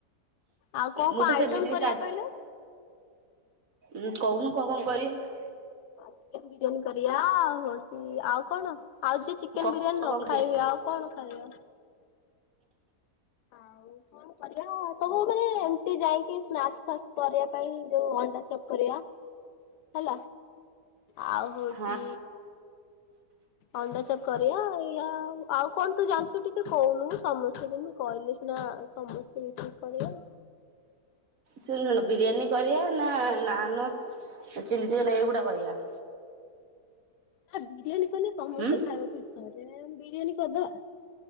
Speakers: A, on the left (about 80°); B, on the right (about 55°).
A: ଆଉ କୋଉ
B: ମୁଁ
A: କୋଉ ଆଇଟମ୍
B: ତ ସେମିତି ବି
A: କରିବା କହିଲ?
B: ଉଁ, କହୁନୁ କଣ କଣ କରିବା?
A: ଆ, ଚିକେନ୍ ବିରିୟାନୀ କରିବା, ଆଉ ହଉଛି ଆଉ କଣ? ଆଉ ଯିଏ
B: କରିବା?
A: ଚିକେନ୍ ବିରିୟାନୀ ନ ଖାଇବେ, ଆଉ କଣ ଖାଇବ? ଆଉ କଣ? କଣ କରିବା ସବୁ ମାନେ ଏମତି ଯାଇକି ସ୍ନାକ୍ ଫାସ୍ କରିବା ପାଇଁ ଯୋଉ ଅଣ୍ଡା ଚପ୍ କରିବା। ହେଲା, ଆଉ ହଉଚି
B: ହଁ
A: ଅଣ୍ଡାଚପ୍ କରିବା, ଇ ଆଉ ଆଉ କଣ ତୁ ଜାଣିଚୁ ଟିକେ କହୁନୁ? ସମସ୍ତେ ଯେମତି କହିଲେ ସିନା ସମସ୍ତେ ମିଶିକି କରିବା।
B: ଶୁଣୁୁଶୁଣୁ ବିରିୟାନୀ କରିବା ନା ନାନ ଚିଲି ଚିକେନ୍ ଏଇଗୁଡା କରିବା?
A: ହେ ବିରିୟାନୀ କଲେ ସମସ୍ତେ
B: ହୁଁ
A: ଖାଇବାକୁ ଇଚ୍ଛା କରିବେ। ବିରିୟାନୀ କରିଦବା।